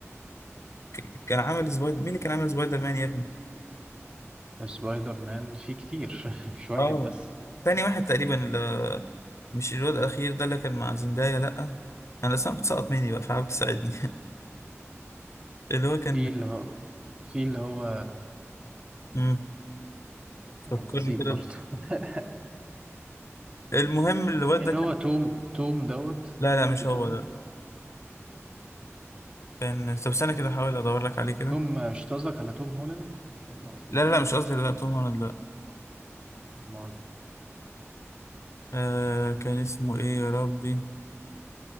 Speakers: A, on the left; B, on the right.
A: كان عمل سبايدر مين اللي كان عامل سبايدر مان يا ابني
B: سبايدر مان فيه كتير <laughs> مش واحد
A: اه
B: بس
A: تاني واحد تقريبا اللي... مش الواد الأخير ده اللي كان مع زندايا لأ أنا الأسماء بتسقط مني بقى فحاول تساعدني <laughs> اللي هو كان
B: في اللي هو في اللي هو
A: مم.
B: انا
A: فكرني
B: نسيت
A: كده
B: برضو
A: ب-
B: <laughs>
A: المهم الواد
B: في
A: ده
B: اللي
A: كان
B: هو توم توم دوت
A: لا لا مش
B: في توم
A: هو ده كان طب استنى كده أحاول أدور لك عليه كده
B: توم مش قصدك على توم هولاند ولا قصدك
A: لا لا
B: على
A: لا
B: مين؟
A: مش قصدي لا توم هولاند لا
B: امال
A: آه كان اسمه إيه يا ربي